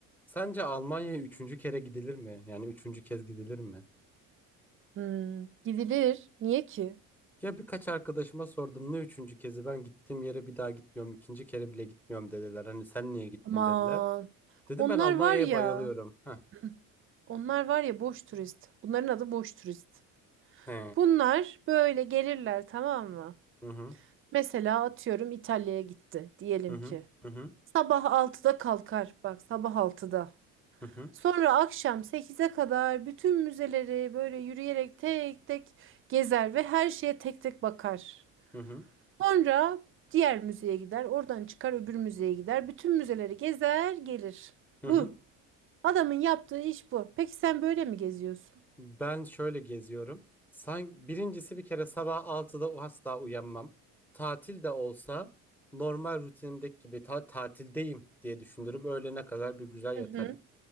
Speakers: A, in the centre; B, on the right.
A: Sence Almanya'ya üçüncü kere gidilir mi? Yani üçüncü kez gidilir mi?
B: Hmm, gidilir. Niye ki?
A: Ya birkaç arkadaşıma sordum ne üçüncü kezi ben gittiğim yere bir daha gitmiyorum ikinci kere bile gitmiyorum dediler. Hani sen niye gittin
B: Aman.
A: dediler. Dedim
B: Onlar
A: ben Almanya'ya
B: var ya.
A: bayılıyorum. Heh.
B: <clears throat> Onlar var ya boş turist. Bunların adı boş turist.
A: He.
B: Bunlar böyle gelirler tamam mı?
A: Hı hı.
B: Mesela atıyorum İtalya'ya gitti diyelim
A: Hı hı.
B: ki.
A: Hı hı.
B: Sabah altıda kalkar. Bak sabah altıda.
A: Hı hı.
B: Sonra akşam sekize kadar bütün müzeleri böyle yürüyerek tek tek gezer ve her şeye tek tek bakar.
A: Hı hı.
B: Sonra diğer müzeye gider, oradan çıkar öbür müzeye gider. Bütün müzeleri gezer, gelir.
A: Hı
B: Bu.
A: hı.
B: Adamın yaptığı iş bu. Peki sen böyle mi geziyorsun?
A: Ben şöyle geziyorum. Sanki birincisi bir kere sabah 6'da asla uyanmam. Tatil de olsa normal rutinimdeki gibi ta tatildeyim diye düşünürüm. Öğlene kadar bir güzel
B: Hı
A: yatarım.
B: hı.